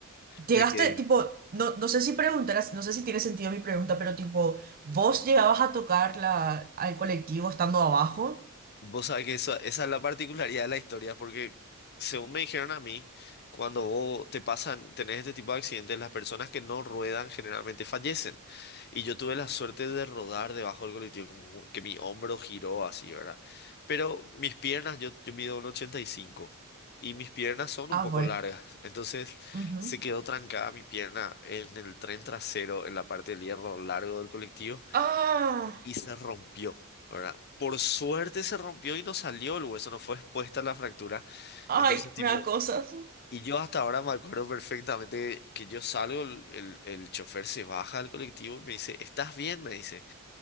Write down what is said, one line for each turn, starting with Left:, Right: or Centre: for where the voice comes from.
Right: Llegaste,
Left: me quedé.
Right: tipo, no, no sé si preguntarás, no sé si tiene sentido mi pregunta, pero tipo, ¿vos llegabas a tocar la, al colectivo estando abajo?
Left: Vos sabés que eso, esa es la particularidad de la historia, porque según me dijeron a mí, cuando vos te pasan, tenés este tipo de accidentes, las personas que no ruedan generalmente fallecen. Y yo tuve la suerte de rodar debajo del colectivo, como que mi hombro giró así, ¿verdad? Pero mis piernas, yo, yo mido un 85 y cinco y mis piernas son
Right: Ah,
Left: un poco
Right: bueno
Left: largas. Entonces
Right: ujú.
Left: se quedó trancada mi pierna en el tren trasero, en la parte del hierro largo del colectivo
Right: Ah.
Left: y se rompió, ¿verdad? Por suerte se rompió y no salió el hueso, no fue expuesta la fractura.
Right: Ay,
Left: Entonces, tipo,
Right: me da cosas.
Left: y yo hasta ahora me acuerdo perfectamente que yo salgo, el, el, el chofer se baja del colectivo y me dice, ¿estás bien? Me dice.